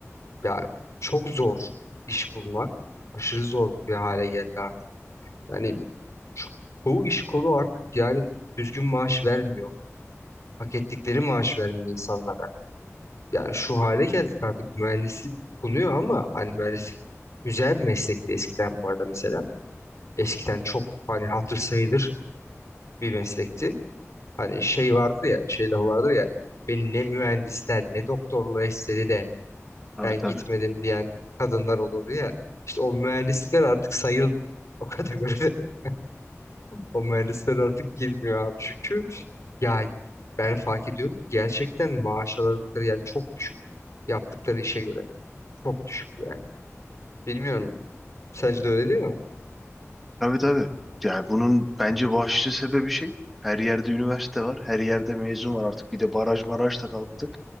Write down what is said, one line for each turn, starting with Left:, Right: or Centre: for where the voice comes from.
Left: Ya çok zor iş bulmak. Aşırı zor bir hale geldi artık. Yani şu- çoğu iş kolu artık yani düzgün maaş vermiyor. Hak ettikleri maaş vermiyor insanlara. Yani şu hale geldik artık mühendislik konuyor ama hani mühendislik güzel bir meslekti eskiden bu arada mesela. Eskiden çok hani hatır sayılır bir meslekti. Hani şey vardır ya, şey lafı vardır ya. Beni ne mühendisler ne doktorlar istedi de
Centre: Tabii
Left: ben
Centre: tabii.
Left: gitmedim diyen kadınlar olurdu ya. İşte o mühendisler artık sayıl o kategoride. <laughs> O mühendisler artık girmiyor abi. Çünkü ya ben fark ediyorum ki gerçekten maaş aldıkları yani çok düşük. Yaptıkları işe göre çok düşük yani. Bilmiyorum. Sence de öyle değil mi?
Centre: Tabii tabii. Yani bunun bence başlıca sebebi şey. Her yerde üniversite var, her yerde mezun var artık. Bir de baraj maraj da kalktı.